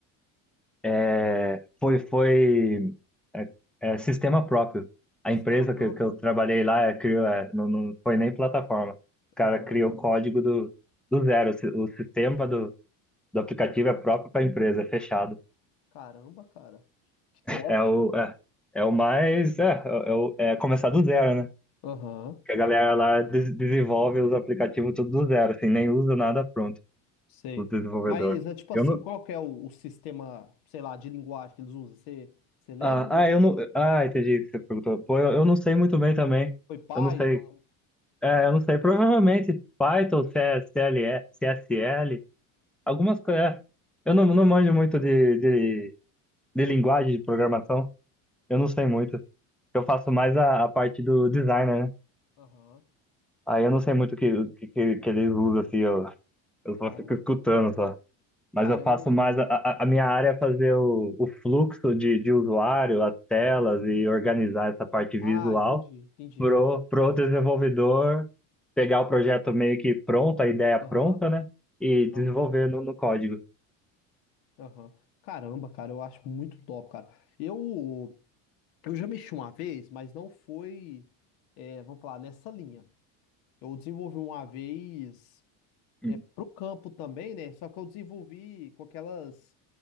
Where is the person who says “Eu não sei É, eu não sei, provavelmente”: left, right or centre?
Centre